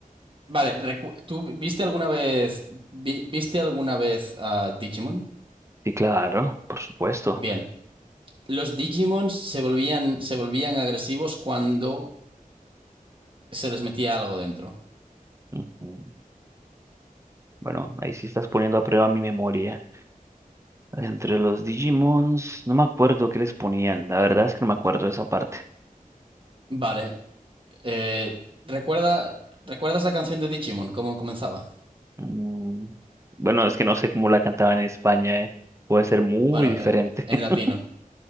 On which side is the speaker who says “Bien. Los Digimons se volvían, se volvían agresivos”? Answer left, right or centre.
Right